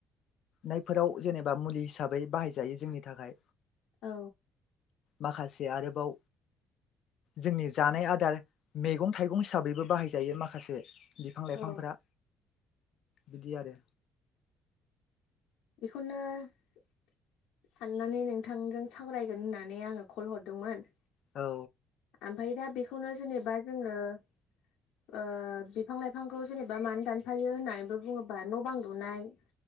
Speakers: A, on the left; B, on the left.
A: नायफोराव जेनेबा मुलि हिसाबै बाहायजायो जोंनि थाखाय
B: औ
A: माखासे आरोबाव जोंनि जानाय आदार मैगं थाइगं हिसाबैबो बाहायजायो माखासे बिफां लाइफांफोरा
B: औ
A: बिदि आरो
B: खनो <unintelligible> साननानै नोंथांजों सावरायगोन होननानै आङो कल हरदोंमोन
A: औ
B: ओमफ्राय दा बेखौनो जेनेबा जोङो ओ बिफां लाइफांखौ जेनेबा मानो दानफायो होननानैबो बुङोबा न' बां लुनाय